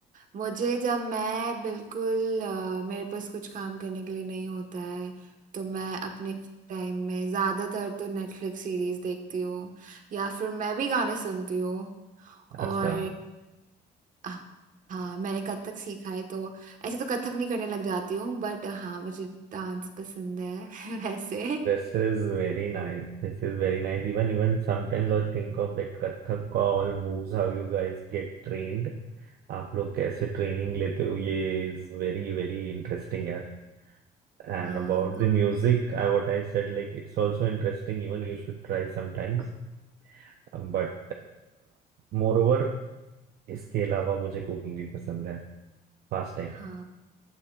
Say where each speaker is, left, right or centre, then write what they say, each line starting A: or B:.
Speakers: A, on the right (about 50°); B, on the right (about 65°).
A: मुझे जब मैं बिल्कुल अ, मेरे पास कुछ काम करने के लिए नहीं होता है तो मैं अपने टाइम में ज्यादातर तो नेटफ्लिक्स सीरीज देखती हूँ या फिर मैं भी गाने सुनती हूँ
B: अच्छा
A: और हाँ हाँ, मैंने कथक सीखा है तो ऐसे तो कथक नहीं करने लग जाती हूँ बट हाँ मुझे डांस पसंद है <laughs> वैसे
B: This is very nice this is very nice Even even sometimes और थिंक ऑफ दैट कथक का all moves how you guys get trained आप लोग कैसे ट्रेनिंग लेते हो ये इज वेरी वेरी इंटरेस्टिंग यार And
A: हाँ
B: about
A: तो
B: the music I what I said like it's also interesting even you should try sometimes But more over इसके अलावा मुझे कुकिंग भी पसंद है फास्ट टाइम
A: हाँ